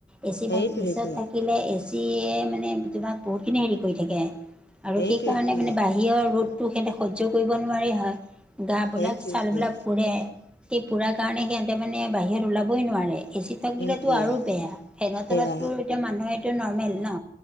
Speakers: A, in the centre; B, on the left.
A: এচি
B: সেইটোৱেইটো
A: <unintelligible> থাকিলে এচি চিয়ে মানে তোমাক বহুতখিনি হেৰি কৰি থাকে, আৰু
B: সেইটোৱেইটো
A: সেইকাৰণে মানে বাহিৰত বাহিৰৰ ৰ'দটো সিহঁতে সহ্য কৰিব নোৱাৰি হয়, গাবিলাক-ছালবিলাক
B: সেইটোৱেইটো
A: পুৰে। সেই পুৰা কাৰণে সিঁহতে মানে বাহিৰত ওলাবই নোৱাৰে। এচি থাকিলেতো
B: সেইটোৱে
A: আৰু বেয়া, ফেনৰ তলততো
B: বেয়া
A: এতিয়া মানুহে এইটো নৰ্মেল ন।